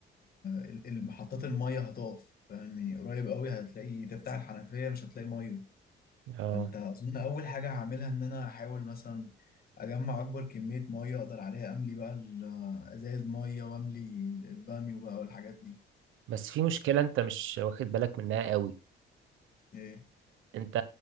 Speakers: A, on the left (about 50°); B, on the right (about 80°).
A: ال- ال- محطات المية هتقف فاهمني قريب قوي هتلاقي تفتح الحنفية مش هتلاقي مية
B: اه
A: فانت اظن اول حاجه هعملها ان انا احاول مثلا اجمع اكبر كميه ميه اقدر عليها املي بقى ال- ازايز ميه واملي البانيو بقى والحاجات دي
B: بس في مشكلة انت مش واخد بالك منها قوي
A: ايه
B: انت